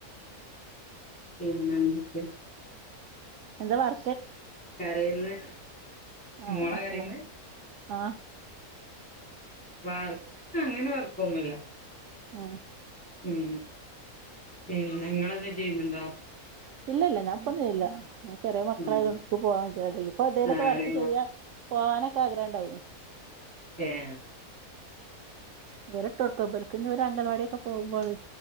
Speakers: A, in the centre; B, on the right.
A: പിന്നെന്താ
B: എന്താ വാർ
A: കരയന്ന്
B: ആഹ്
A: മോളെ
B: മക്കളാ
A: കരന്ന്
B: ആഹ്
A: വർക്ക് അങ്ങനെ വർക്കൊന്നുല്ല
B: ആ
A: ഉം പിന്നെ ഇങ്ങളെ എന്താ ചെയ്യുന്നുണ്ടോ
B: ഇല്ല ഇല്ല ഞാൻ ഇപ്പൊ ചെയ്യുന്നില്ല ചെറിയ മക്കളായത്ക്ക്
A: ഉം
B: പോവാ ഇപ്പോ ഇന്തേലൊക്കെ
A: ആഹ്
B: വർക്ക് ചെയ്യാ പോവാനൊക്കെ ഇന്ക് ആഗ്രഹണ്ടായിനി.
A: എ ഹ്
B: ഇവരെ ഇട്ടോട്ക്കാ ഇവർക്ക് ഇഞ് ഇവർ അംഗൻവാടി ഒക്കെ പോകുമ്പോ ആണ്